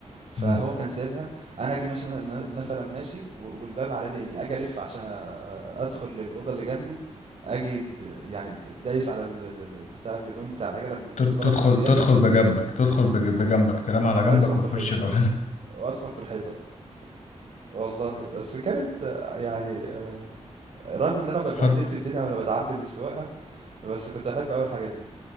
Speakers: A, on the right; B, on the left.
A: فهو
B: مم.
A: كان سايبها، أنا آجي ماشي م مثلًا ماشي و والباب على يدي اليمين، آجي ألِف عشان أ أ- أدخل للأوضة اللي جنبي، آجي د يعني د دايس على ال ال ال البتاع الجدران بتاع العجلة
B: <laughs>
A: بال بالغلط
B: تد- تدخل
A: بزيادة،
B: تدخل بجنبك تدخل بج- بجنبك تنام على
A: أدخل
B: جنبك وتخش
A: في الحيطة
B: ب-
A: وأدخل في الحيطة بقى، والله بس كانت آه، يعني آه، رغم إن أنا ب
B: <laughs>
A: بهدلت
B: فت...
A: الدنيا وأنا باتعلّم السواقة، بس كنت باحب أوي الحاجات دي.